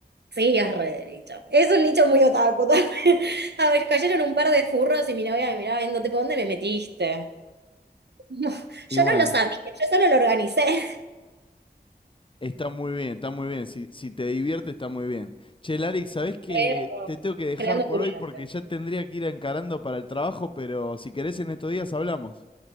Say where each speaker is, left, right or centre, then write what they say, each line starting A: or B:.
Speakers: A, on the right; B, on the left.
A: Sí, es re de nicho. Es un nicho muy otaku también. <laughs> A ver, cayeron un par de furros y mi novia me miraba viendo, tipo, ¿dónde me metiste? <laughs> Yo
B: Y bueno,
A: no lo sabía, yo solo lo organicé.
B: está muy bien, está muy bien. Si, si te divierte, está muy bien. Che, Larix, ¿sabés que
A: Creo,
B: te tengo que dejar
A: creando
B: por
A: tu Neopets.
B: hoy porque ya tendría que ir encarando para el trabajo, pero si querés en estos días hablamos.